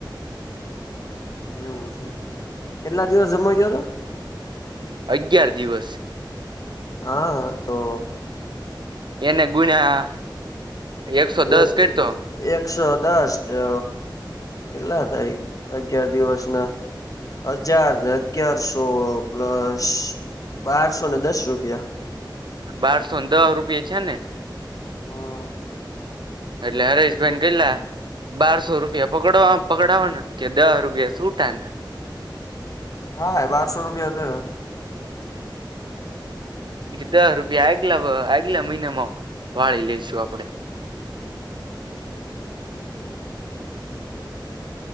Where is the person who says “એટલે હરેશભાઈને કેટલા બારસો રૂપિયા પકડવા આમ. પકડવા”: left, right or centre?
Right